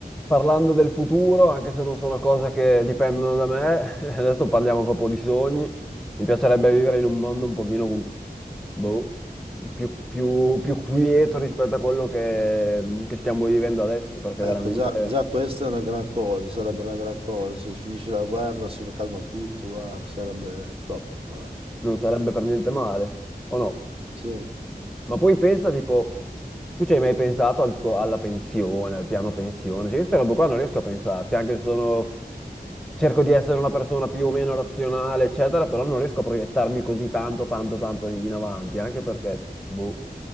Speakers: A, in the centre; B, on the right.
A: parlando del futuro, anche se non sono cose che dipendono da me, <laughs> adesso parliamo proprio di sogni. Mi piacerebbe vivere in un mondo un pochino, boh, più, più- più quieto rispetto a quello che, che stiamo vivendo adesso, perché
B: Ecco,
A: veramente
B: già, già questa è una gran cosa, sarebbe una gran cosa, se finisce la guerra si calma tutto, guarda, sarebbe top, guarda.
A: non sarebbe per niente male, o no?
B: Sì.
A: Ma poi pensa, tipo, tu ci hai mai pensato al tuo- alla pensione, al piano pensione? Cioè, io queste robe qua non riesco a pensarci, anche se sono... Cerco di essere una persona più o meno razionale, eccetera, però non riesco a proiettarmi così tanto, tanto, tanto in avanti, anche perché, boh,